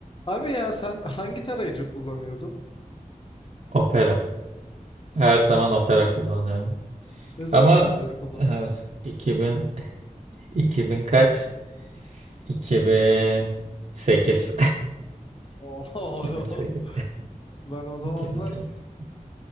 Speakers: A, on the left (about 35°); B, on the right (about 50°).
A: Abi ya sen hangi tarayıcı kullanıyordun?
B: Opera. Her zaman opera kullanıyorum.
A: Ne zamandan
B: Ama
A: beri kullanıyorsun?
B: evet 2000 2000 kaç? 2008.
A: Oho. <laughs>
B: 2008.
A: Ben o zamanlar
B: 2008. <laughs>